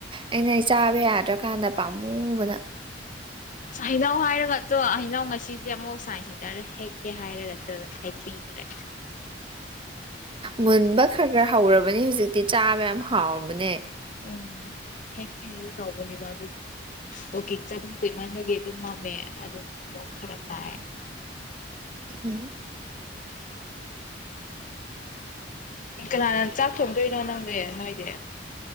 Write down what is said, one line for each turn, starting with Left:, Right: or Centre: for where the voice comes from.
Right: ꯑꯩꯅ ꯑꯩ ꯆꯥꯕ ꯌꯥꯗ꯭ꯔꯀꯥꯟꯗ ꯄꯥꯝꯃꯨꯕꯅ
Left: ꯍꯩꯅꯧ ꯍꯥꯏꯔꯒ ꯇꯣ ꯍꯩꯅꯧ ꯉꯁꯤꯁꯦ ꯑꯃꯨꯛ ꯁꯥꯏꯟꯁ ꯁꯦꯟꯇꯔꯗ ꯍꯦꯛꯀꯦ ꯍꯥꯏꯔꯒ ꯆꯥꯠꯂ ꯍꯦꯛꯄꯤꯗꯔꯦ
Right: ꯃꯨꯟꯕ ꯈꯔ ꯈꯔ ꯍꯧꯔꯕꯅꯤ ꯍꯧꯖꯤꯛ ꯇꯦ ꯆꯥꯕ ꯌꯥꯝ ꯍꯥꯎꯕꯅꯦ
Left: ꯎꯝ ꯍꯦꯛ <unintelligible> ꯇꯧꯕꯅꯦꯕ ꯑꯗꯨ ꯑꯣ ꯀꯦ ꯆꯥꯕꯁꯦ ꯀꯨꯏꯃꯟꯕꯒꯤ ꯑꯗꯨꯝ ꯃꯝꯃꯦ ꯑꯗꯨ ꯑꯃꯨꯛ ꯐꯔꯛ ꯇꯥꯏ
Right: ꯎꯝ
Left: ꯀꯅꯥꯅ ꯆꯥꯛ ꯊꯣꯡꯗꯣꯏꯅꯣ ꯅꯪꯗꯤ ꯅꯣꯏꯗꯤ